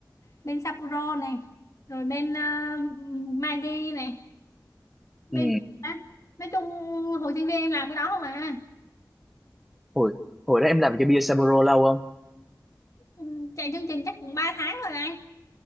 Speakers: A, on the left; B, in the centre.
A: bên Sapporo này rồi bên uh, Maggi này bên
B: ừ.
A: à, nói chung hồi sinh viên em làm cái đó không à
B: hồi hồi đó em làm cho bia Sapporo lâu không
A: Ừ, chạy chương trình chắc cũng ba tháng rồi anh